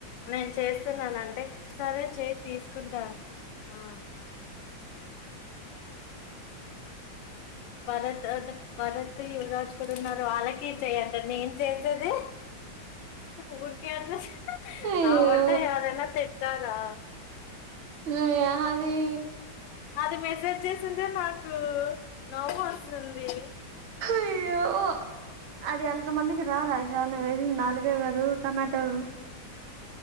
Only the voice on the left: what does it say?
నేను చేస్తున్నాను అంటే సరే చేయి తీసుకుంటా ఆ భరత్ తర్వాత భరత్ యువరాజ్ కూడా ఉన్నారు వాళ్ళకి చెయి అంట నేన్ చేసేదే ఊరికే అడ్రస్
నా వంట ఎవరన్నా తెట్ టా రా
అది మెసేజ్ చేసింటే నాకు నవ్వు వస్తుంది